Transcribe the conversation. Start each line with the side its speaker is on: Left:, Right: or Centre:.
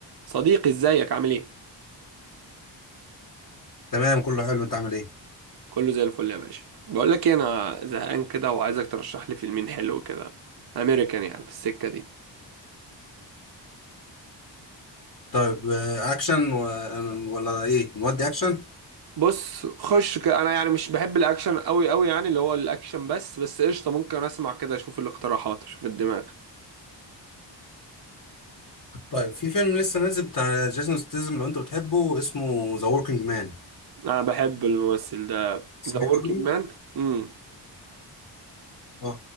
Right: صديقي ازيك عامل ايه
Left: تمام كله حلو انت عامل ايه
Right: كله زي الفل يا باشا بقول لك ايه، انا زهقان كده وعايزك ترشح لي فيلمين حلو كده امريكان يعني في السكه دي
Left: طيب آه، اكشن و... ولا ايه نودي اكشن
Right: بص خش ك... انا يعني مش بحب الاكشن قوي قوي يعني اللي هو الاكشن بس بس قشطه ممكن اسمع كده اشوف الاقتراحات اشوف الدماغ
Left: طيب في فيلم لسه نازل بتاع جيسون ستيزم لو انت بتحبه اسمه ذا وركينج مان
Right: انا بحب الممثل ده
Left: سمعت
Right: ذا وركينج
Left: عنه
Right: مان امم
Left: اه